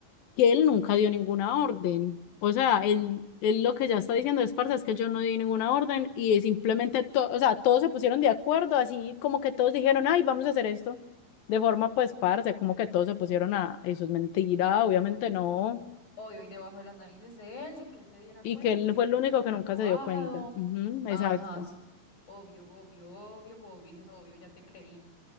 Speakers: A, on the left (about 70°); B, on the left (about 55°).
A: que él nunca dio ninguna orden. O sea, él, él lo que ya está diciendo es, parce, es que yo no di ninguna orden y es simplemente, to- o sea, todos se pusieron de acuerdo, así como que todos dijeron, ay, vamos a hacer esto. De forma, pues, parce, como que todos se pusieron a, eso es mentira, obviamente no.
B: Obvio, y debajo de las narices de él, sin que él se diera
A: Y
B: cuenta,
A: que él
B: sin
A: fue
B: que
A: el único
B: él diera un
A: que nunca
B: aprobado.
A: se dio cuenta. Ujú,
B: Ajá,
A: exacto.
B: s- obvio, obvio, obvio, obvio, obvio, ya te creí.